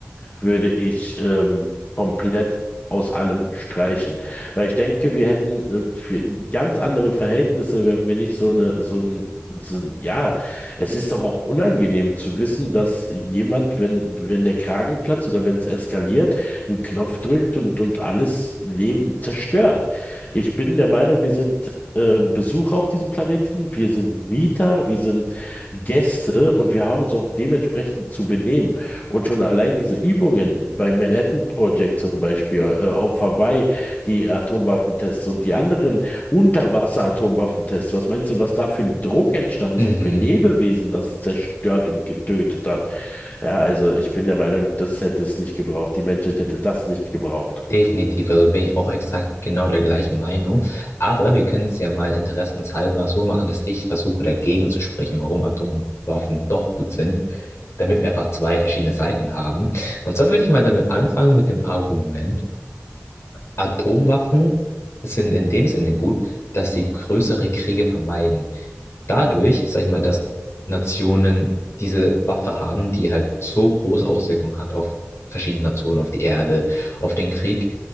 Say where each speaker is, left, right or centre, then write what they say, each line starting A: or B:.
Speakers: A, on the left; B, on the left.
A: würde ich ähm, komplett aus allem streichen. Weil ich denke, wir hätten äh, für ganz andere Verhältnisse, wenn wir nicht so eine, so ein, so ein, ja, es ist doch auch unangenehm zu wissen, dass jemand, wenn, wenn der Kragen platzt oder wenn es eskaliert, einen Knopf drückt und, und alles Leben zerstört. Ich bin der Meinung, wir sind äh, Besucher auf diesem Planeten, wir sind Mieter, wir sind Gäste und wir haben uns auch dementsprechend zu benehmen. Und schon allein diese Übungen beim Manhattan Project zum Beispiel, äh, auf Hawaii, die Atomwaffentests und die anderen Unterwasser-Atomwaffentests, was meinst du, was da für ein Druck entstanden
B: Mhm,
A: ist, wie viele Lebewesen das zerstört und getötet hat? Ja, also ich bin der Meinung, das hätte es nicht gebraucht. Die Menschheit hätte das nicht gebraucht.
B: definitiv, also bin ich auch exakt genau der gleichen Meinung. Aber wir können es ja mal interessenshalber so machen, dass ich versuche dagegen zu sprechen, warum Atomwaffen doch gut sind. damit wir einfach zwei verschiedene Seiten haben. Und zwar würde ich mal damit anfangen mit dem Argument, Atomwaffen sind in dem Sinne gut, dass sie größere Kriege vermeiden. Dadurch, sag ich mal, dass Nationen diese Waffe haben, die halt so große Auswirkungen hat auf verschiedene Nationen, auf die Erde, auf den Krieg,